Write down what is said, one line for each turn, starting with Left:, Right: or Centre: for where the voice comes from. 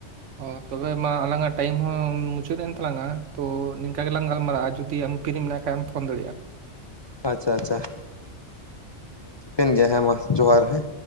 Right: ᱚ ᱛᱚᱵᱮ ᱢᱟ ᱟᱞᱟᱝᱟᱜ ᱴᱟᱭᱤᱢ ᱦᱚᱸ ᱢᱩᱪᱟᱹᱫ ᱮᱱ ᱛᱟᱞᱟᱝᱼᱟ ᱛᱚ ᱱᱤᱝᱠᱟ ᱜᱮᱞᱟᱝ ᱜᱟᱞᱢᱟᱨᱟᱜᱼᱟ ᱡᱩᱫᱤ ᱟᱢ ᱯᱦᱤᱨᱤ ᱢᱮᱱᱟᱜ ᱠᱷᱟᱡᱮᱢ ᱯᱷᱳᱱ ᱫᱟᱲᱮᱜᱼᱟ᱾
Left: ᱟᱪᱪᱷᱟ ᱟᱪᱪᱷᱟ ᱴᱷᱤᱠᱟᱹᱱ ᱜᱮᱭᱟ ᱦᱮᱸ ᱢᱟ ᱡᱚᱦᱟᱨ ᱦᱮᱸ᱾